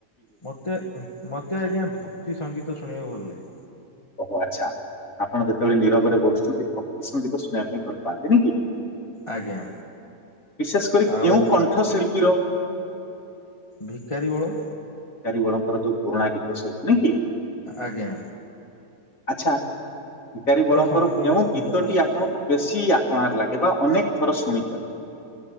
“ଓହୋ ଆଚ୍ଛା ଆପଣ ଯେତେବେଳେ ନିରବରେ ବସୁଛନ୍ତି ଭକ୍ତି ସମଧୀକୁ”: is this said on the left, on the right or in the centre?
Left